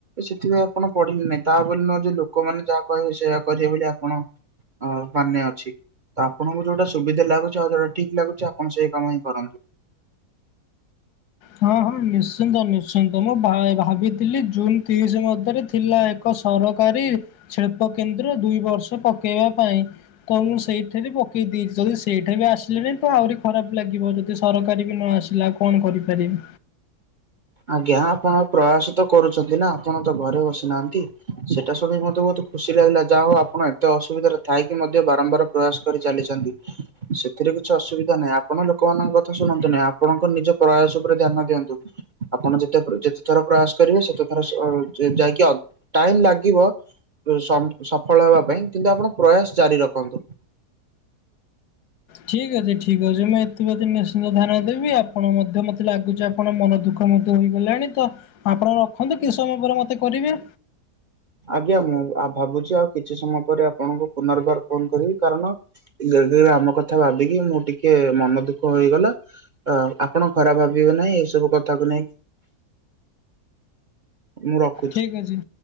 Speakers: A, on the right; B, on the left.
A: ସେଥିପାଇଁ ଆପଣ ପଢିଲେ ନାହିଁ ତାବୋଲି ନୁହଁ ଯେ ଲୋକମାନେ ଯାହା କହିବେ ସେଇଆ କରିବେ ବୋଲି ଆପଣ ହଁ ପାନେ ଅଛି। ତ ଆପଣଙ୍କୁ ଯୋଉଟା ସୁବିଧା ଲାଗୁଚି ଆଉ ଯୋଉଟା ଠିକ୍ ଲାଗୁଚି ଆପଣ ସେଇ କାମ ହିଁ କରନ୍ତୁ।
B: ହଁ ହଁ ନିଶ୍ଚିନ୍ତ ନିଶ୍ଚିନ୍ତ ମୁଁ ଭା ଭାବିଥିଲି ଜୁନ୍ ତିରିଶି ମଧ୍ୟରେ ଥିଲା ଏକ ସରକାରୀ ଛେପ କେନ୍ଦ୍ର ଦୁଇ ବର୍ଷ ପକେଇବା ପାଇଁ। ତ ମୁଁ ସେଇଥିରେ ପକେଇଦେଇଛି ଯଦି ସେଇଟା ବି ଆସିଲାନିତ ଆହୁରି ଖରାପ ଲାଗିବ। ଯଦି ସରକାରୀ ବି ନ ଆସିଲା କଣ କରିପାରିବି?
A: ଆଜ୍ଞା ଆପଣ ପ୍ରୟାସ ତ କରୁଛନ୍ତି ନା ଆପଣ ତ ଘରେ ବସି ନାହାଁନ୍ତି ସେଇଟା ଶୁଣିକି ମତେ ବହୁତ ଖୁସି ଲାଗିଲା ଯାହା ହଉ ଆପଣ ଏତେ ଅସୁବିଧାରେ ଥାଇକି ମଧ୍ୟ ବାରମ୍ବାର ପ୍ରୟାସ କରି ଚାଲିଛନ୍ତି। ସେଥିରେ କିଛି ଅସୁବିଧା ନାହିଁ ଆପଣ ଲୋକମାନଙ୍କ କଥା ଶୁଣନ୍ତୁ ନାହିଁ ଆପଣଙ୍କ ନିଜ ପ୍ରୟାସ ଉପରେ ଧ୍ୟାନ ଦିଅନ୍ତୁ। ଆପଣ ଯେତେ ଯେତେ ଥର ପ୍ରୟାସ କରିବେ ସେତେ ଥର ସେ ଯାଇକି ଟାଇମ ଲାଗିବ ସ ସଫଳ ହେବା ପାଇଁ କିନ୍ତୁ ଆପଣ ପ୍ରୟାସ ଜାରି ରଖନ୍ତୁ।
B: ଠିକ୍ ଅଛି ଠିକ୍ ଅଛି ମୁଁ ଏଥିପ୍ରତି ନିଶ୍ଚିନ୍ତ ଧ୍ୟାନ ଦେବି ଆପଣ ମଧ୍ୟ ମତେ ଲାଗୁଚି ଆପଣ ମନ ଦୁଃଖ <unintelligible> ମଧ୍ୟ ହୋଇଗଲାଣି ତ ଆପଣ ରଖନ୍ତୁ କିଛି ସମୟ ପରେ ମୋତେ କରିବେ।
A: ଆଜ୍ଞା ମୁଁ ଭାବୁଚି ଆଉ କିଛି ସମୟ ପରେ ଆପଣଙ୍କୁ ପୁନର୍ବାର ଫୋନ କରିବି କାରଣ ଧୀରେ ଧୀରେ ଆମ କଥା ଭାବିକି ମୁଁ ଟିକେ ମନ ଦୁଃଖ ହେଇଗଲା। ଅ ଆପଣ ଖରାପ ଭାବିବେ ନାହିଁ ଏସବୁ କଥାକୁ ନେଇ। ମୁଁ ର
B: ଠିକ୍ ଅଛି।